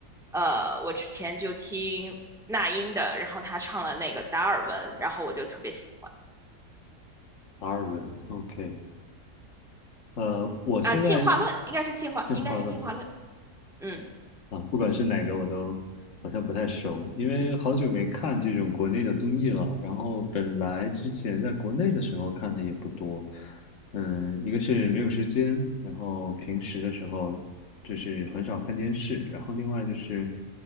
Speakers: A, in the centre; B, on the left.
A: 呃我之前就听那英的，然后她唱了那个达尔文，然后我就特别喜欢
B: 达尔文，OK，呃，我现在
A: 啊进化论应该是进化应该是进化论，
B: 进化论，
A: 嗯。
B: 啊，不管是哪个我都好像不太熟，因为好久没看这种国内的综艺了。然后本来之前在国内的时候看的也不多，嗯，一个是没有时间，然后平时的时候就是很少看电视，然后另外就是，